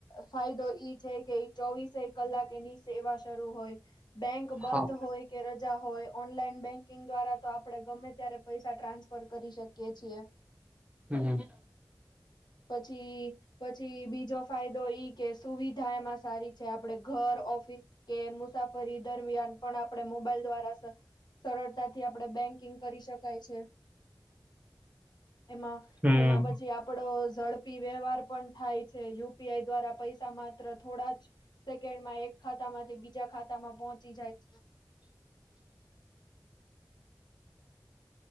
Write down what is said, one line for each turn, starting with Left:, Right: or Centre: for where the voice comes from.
Left: ફાયદો ઈ છે કે કે ચોવીસે કલાક એની સેવા શરૂ હોય બેંક બંધ
Right: હા
Left: હોય કે રજા હોય હોય ઓનલાઈન બેકિંગ દ્વારા તો આપડે ગમે ત્યારે પૈસા ટ્રાન્સફર કરી શકીએ છીએ
Right: હમ હ
Left: પછી પછી બીજો ફાયદો ઈ કે સુવિધા એ સારી છે આપડે ઘર ઓફિસ કે મુસાફરી દરમિયાન પણ આપણે મોબાઈલ દ્વારા સરળતાથી આપણે બેંકીંગ કરી શકાય છે એમાં
Right: હમ
Left: એમાં પછી આપડો ઝડપી વ્યવહાર પણ થાય છે યુપીઆઈ દ્વારા પૈસા માત્ર થોડા જ સેકન્ડમાં એક ખાતા માંથી બીજા ખાતા માં પહોચી જાય છે <unintelligible>